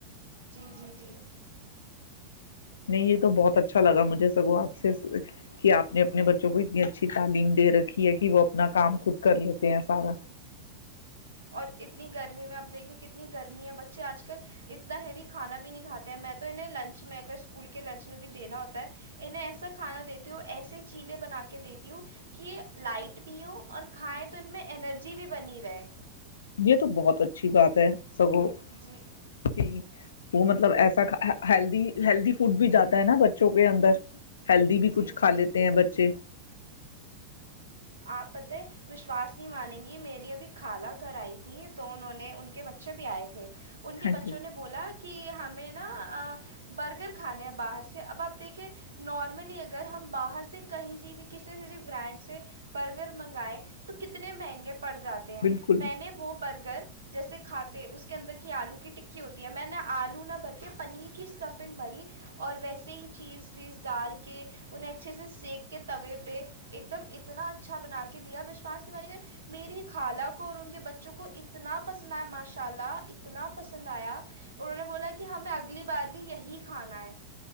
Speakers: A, on the right; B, on the left.
A: جی جی جی
B: نہیں یہ تو بہت اچھا اچھا لگا مجھے سگو آپ سے کہ آپ نے اپنے بچوں کو اتنی اچھی تعلیم د رکھی کہ وہ اپنا
A: جی
B: کام
A: جی
B: خود کر لیتے ہیں سارا
A: اور اتنی گرمی میں آپ دیکھیں کتنی گرمی ہے بچے آج کل اتنا ہیوی کھانا بھی نہیں کھاتے ہیں میں تو انہیں لنچ میں اگر اسکول کے لنچ میں بھی دینا ہوتا ہے انہیں ایسا کھانا دیتی ہوں ایسے چیلیں بنا کے دیتی ہوں کہ یہ لائٹ بھی ہو اور کھائیں تو ان میں انرجی بھی بنی رہے
B: یہ تو بہت اچھی بات ہے سوں
A: جی
B: کی وہ مطلب ایسا ہیلدی ہیلدی فڈ بھی جاتا ہے نا بچوں کے اندر ہیلدی
A: جی
B: بھی کچھ
A: جی
B: کھا لیتے
A: جی
B: ہیں بچے
A: اپ پتہ ہے وشواس مانیں گی میری ابھی خالہ گھر آئی تھی تو انہوں نے ان کے بچے بھی آئے تھے تھ ان کے
B: ہاں
A: بچوں
B: جی
A: نے بولا کہ کہ ہمیں نا برگر کھانے ہیں باہر سے اب آپ دیکھے نارملی اگر ہم باہر سے کہیں سے بھی کسی جسی برانڈ سے برگر منگائے تو کتنے مہنگے پڑ جاتے ہیں
B: بالکل
A: میں نے وہ برگر جیسے کھاتے اس کے اندر کی آلو کی ٹکی ہوتی ہے میں نے آلو نہ بھر کے پنیر کی اسٹفنگ بھری اور ویسے ہی چیز ویز ڈال کے انہیں اچھے سے سینیک کے توے پہ ایک دم اتنا اچھا بنا کے دیا وشواس نہیں ب میری خالہ کو اور ان کے بچوں کو اتنا پسند آیا ماشاء اللہ اتنا پسند آیا اور انہوں نے بولا کہ ہمیں اگلی بار بھی یہی کھانا ہے